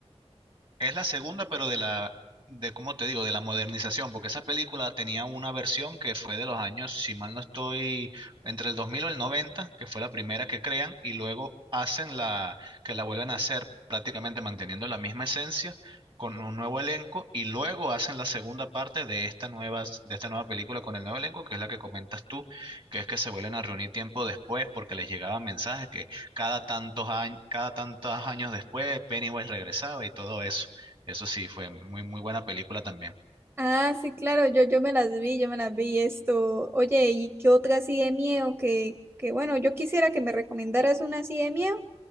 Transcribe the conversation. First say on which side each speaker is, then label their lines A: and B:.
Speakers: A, on the right; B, on the right.
A: Es la segunda, pero de la, de cómo te digo, de la modernización, porque esa película tenía una versión que fue de los años, si mal no estoy, entre el 2000 o el 90 que fue la primera que crean, y luego hacen la, que la vuelven a hacer prácticamente manteniendo la misma esencia, con un nuevo elenco, y luego hacen la segunda parte de esta nueva, de esta nueva película con el nuevo elenco, que es la que comentas tú, que es que se vuelven a reunir tiempo después porque les llegaban mensajes que cada tantos años, cada tantos años después Pennywise regresaba y todo eso. Eso sí, fue muy, muy buena película también.
B: Ah, sí, claro, yo, yo me las vi, yo me las vi esto. Oye, ¿y qué otra así de miedo? Que, que bueno, yo quisiera que me recomendaras una así de miedo